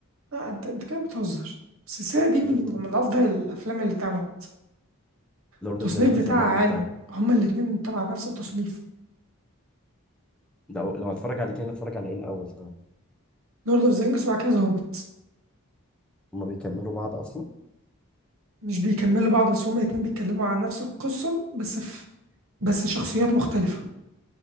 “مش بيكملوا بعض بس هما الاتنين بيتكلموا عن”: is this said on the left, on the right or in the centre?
Right